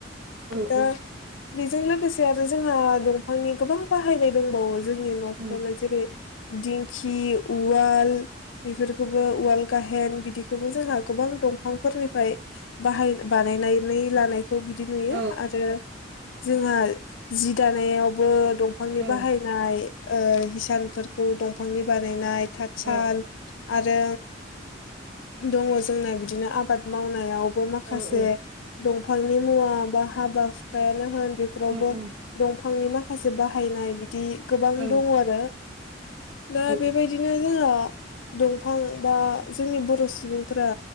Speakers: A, on the right; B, on the left.
A: औ
B: दा
A: उम
B: बेजों लोगोसे आरो जोंहा दंफांनि गोबां बाहायनाय दंबावो जोंनि न'फ्रावनो
A: औ
B: जेरै दिंखि उवाल बेफोरखौबो उवाल गाहेन बिदिखौबो जोंहा गोबां दंफांफोरनिफ्राय बाहाय बानायनानै लानाय बिदि नुयो
A: औ
B: आरो जोंहा जि दानायावबो दंफांनि
A: औ
B: बाहाय नाय ओ हिसानफोरखौ दंफांनि बानायनाय थाथसााल
A: औ
B: आरो दङ जोंना बिदिनो आबाद मावनायावबो माखासे
A: औ औ
B: दंफांनि मुवा बा हाबा हुखायानो होन बेफोरावबो
A: उम उम
B: दंफांनि माखासे बाहायनाय बिदि गोबां
A: औ
B: दङ आरो दा
A: औ
B: बेबायदि बिदिनो जोंहा दंफां बा जोंनि बर' सुबुंफोरा